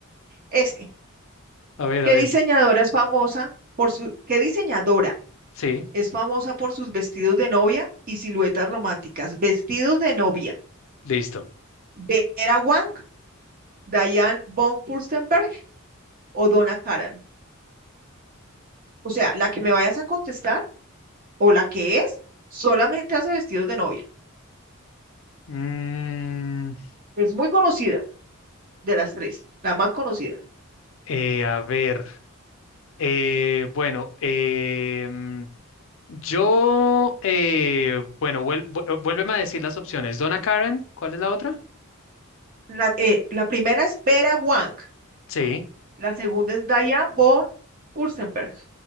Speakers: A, on the right; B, on the left.
A: Este,
B: a ver,
A: ¿qué
B: a ver.
A: diseñadora es famosa por su, qué diseñadora
B: Sí,
A: es famosa por sus vestidos de novia y siluetas románticas? Vestidos de novia.
B: listo.
A: Vera Wang, Diane von Furstenberg o Donna Karan. O sea, la que me vayas a contestar o la que es, solamente hace vestidos de novia.
B: Mm,
A: Es muy conocida de las tres, la más conocida.
B: eh, a ver. eh, bueno, em, Yo, eh, bueno, vuel- vu- eh, vuélveme a decir las opciones. Donna Karen, ¿cuál es la otra?
A: La, eh, la primera es Vera Wang,
B: Sí.
A: la segunda es Diane von Furstenberg